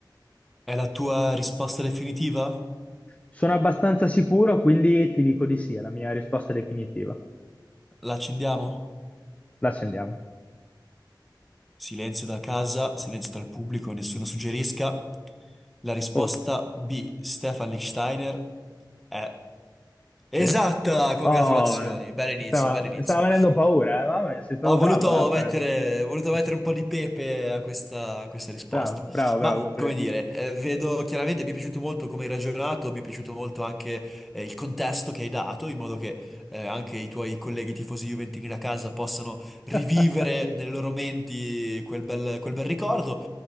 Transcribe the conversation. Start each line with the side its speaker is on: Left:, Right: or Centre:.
Centre: È la tua risposta definitiva?
Left: Sono abbastanza sicuro, quindi ti dico di sì, è la mia risposta definitiva.
Centre: La accendiamo?
Left: L'accendiamo.
Centre: Silenzio da casa, silenzio dal pubblico, nessuno suggerisca. La risposta
Left: Oh,
Centre: B. Stefan Lichtsteiner è esatta!
Left: sì.
Centre: Congratulazioni,
Left: Oh,
Centre: bell'inizio,
Left: stava,
Centre: bell'inizio.
Left: stava venendo paura, eh? Mamma mia, sei stato
Centre: Ho voluto
Left: bravo, eh, a fare...
Centre: mettere, ho voluto
Left: a
Centre: mettere
Left: suonare.
Centre: un po' di pepe a questa, a questa risposta.
Left: Bravo, bravo, bravo,
Centre: Ma,
Left: complimenti.
Centre: come dire, eh, vedo chiaramente, mi è piaciuto molto come hai ragionato, mi è piaciuto molto anche eh, il contesto che hai dato, in modo che eh, anche i tuoi colleghi tifosi juventini da casa possano rivivere
Left: <laughs>
Centre: nelle loro menti quel bel, quel bel ricordo.